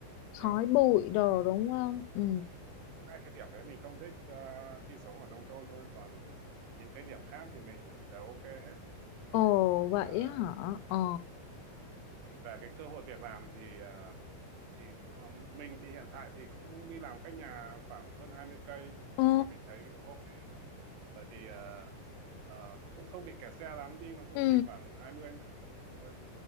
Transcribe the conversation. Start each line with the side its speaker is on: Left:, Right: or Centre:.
Right: nhiều
Left: khói bụi đồ
Right: thì
Left: đúng không ừ
Right: hai cái điểm đấy mình không thích ờ, khi sống ở nông thôn thôi còn những cái điểm khác thì mình đều ok hết
Left: ồ vậy
Right: Ờ,
Left: á hả ờ
Right: về cái cơ hội việc làm thì ờ, thì ờ, mình thì hiện tại thì cũng đi làm cách nhà khoảng hơn 20 cây
Left: Ồ,
Right: nhưng mà mình thấy thì cũng ok bởi vì ờ, ờ, nó cũng không bị kẹt xe lắm đi nó cũng
Left: Ừ.
Right: chỉ khoảng 20 đến 30 thôi